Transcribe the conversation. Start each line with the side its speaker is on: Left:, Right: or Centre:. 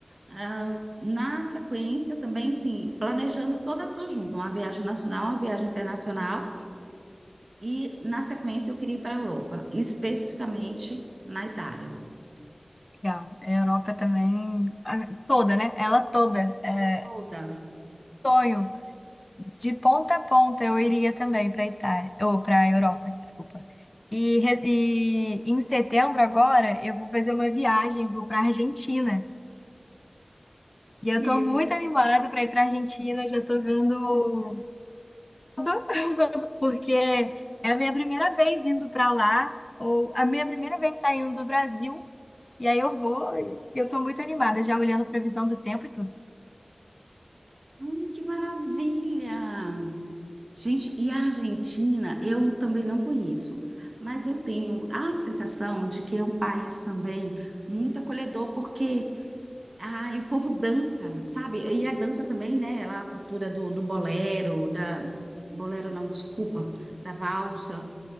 Right: ah, na sequência também assim planejando todas as duas juntas, uma viagem nacional, uma viagem internacional e na sequência eu queria ir para a Europa, especificamente na Itália.
Left: Legal. A Europa também, a- toda, né? Ela toda. É
Right: Toda.
Left: sonho. De ponta a ponta eu iria também para Itália, ou para Europa, desculpa. E, re- e em setembro agora eu vou fazer uma viagem, vou para Argentina. E eu
Right: E
Left: tô muito animada para ir para Argentina, já tô vendo tudo, porque é a minha primeira vez indo para lá, ou a minha primeira vez saindo do Brasil, e aí eu vou, e eu tô muito animada, já olhando previsão do tempo e tudo.
Right: Hum, que maravilha! Gente, e a Argentina, eu também não conheço, mas eu tenho a sensação de que é um país também muito acolhedor, porque ai, o povo dança, sabe? E a dança também, né? Lá a cultura do, do bolero, da. Bolero não, desculpa, da valsa.